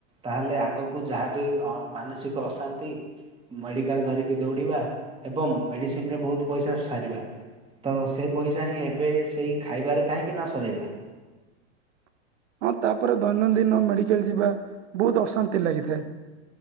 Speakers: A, on the right; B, on the right.
A: ତାହେଲେ ଆଗକୁ ଯାହାବି ମାନସିକ ଅଶାନ୍ତି ମେଡିକାଲ ଧରିକି ଦୌଡିବା ଏବଂ ମେଡିସିନ ରେ ବହୁତ ପଇସା ସାରିବା। ତ ସେଇ ପଇସା ହିଁ ଏବେ ସେଇ ଖାଇବାରେ କାହିଁକି ନ ସରାଇବା।
B: <inaudible> ତାପରେ ଦୈନନ୍ଦିନ ମେଡ଼ିକାଲ ଯିବା ବହୁତ ଅଶାନ୍ତି ଲାଗିଥାଏ।